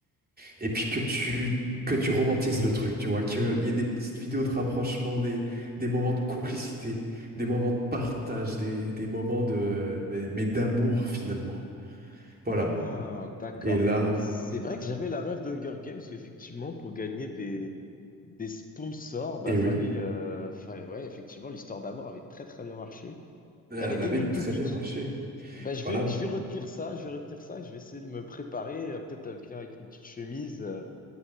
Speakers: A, on the right (about 20°); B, on the left (about 20°).
A: et puis que tu que tu romantises le truc, tu vois, qu'il y ait des petites vidéos de rapprochement, des, des moments de complicité, des moments de partage, des, des moments de mais, mais d'amour finalement. Voilà.
B: Ah, d'accord.
A: Et là,
B: C'est vrai que j'avais la rêve d'Hunger Games, où effectivement, pour gagner des, des sponsors, bah,
A: et
B: fallait,
A: oui,
B: euh, fallait, ouais, effectivement, l'histoire d'amour avait très, très bien marché
A: elle
B: et avait
A: avait
B: ému
A: très
B: le public.
A: bien marché.
B: Bah, je
A: Voilà.
B: vais, je vais retenir ça, je vais retenir ça, je vais essayer de me préparer, euh, peut-être à venir avec une petite chemise, euh,